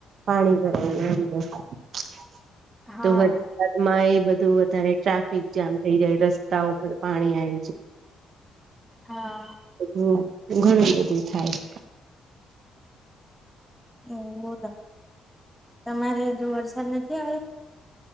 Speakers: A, on the right; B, in the centre.
A: પાણી <unintelligible>
B: હા
A: તો વરસાદમાં એ બધું વધારે ટ્રાફિક જામ થઈ જાય રસ્તા પર પાણી આવ
B: હા
A: બધું ઘણું બધું થાય
B: હમ બોલો તમારે જો વરસાદ નથી આવે